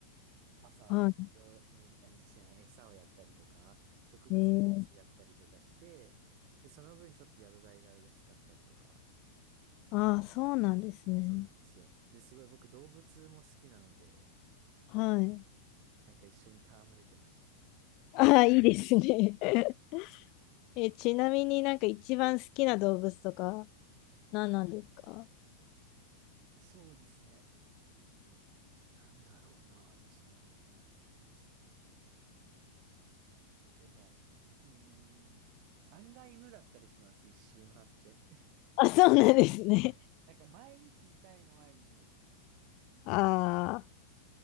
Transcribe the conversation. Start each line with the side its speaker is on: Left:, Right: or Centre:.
Right: 朝、
Left: は
Right: 水を、水、あ、水じゃない、餌をやったりとか、植物に水やったりとかして、
Left: い。ええ
Right: で、その分ちょっと宿代が安かったりとか、
Left: ああ、そうなんですね。
Right: そうなんですよ。で、すごい僕動物も好きなので、
Left: はい。
Right: なんか一緒に戯れてました。
Left: <laughs> ああ、いいですね。<laughs> え、ちなみになんか一番好きな動物とか何なんですか
Right: そうですね。なんだろうな、一番好きな動物。でも、うーん、案外犬だったりします、一周回って。<laughs>
Left: <laughs> あ、そうなんですね。
Right: なんか毎日いたいのは犬ですね。
Left: <laughs> ああ、